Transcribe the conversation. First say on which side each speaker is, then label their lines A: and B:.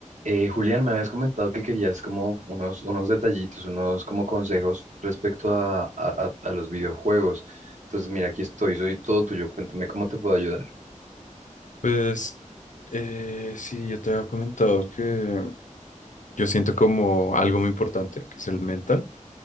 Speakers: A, on the right; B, on the left.
A: Eh, Julián, me habías comentado que querías como unos, unos detallitos, unos como consejos respecto a, a- a- a los videojuegos. Entonces, mira, aquí estoy, soy todo tuyo, cuéntame cómo te puedo ayudar.
B: Pues eh, sí, yo te había comentado que yo siento como algo muy importante, que es el mental,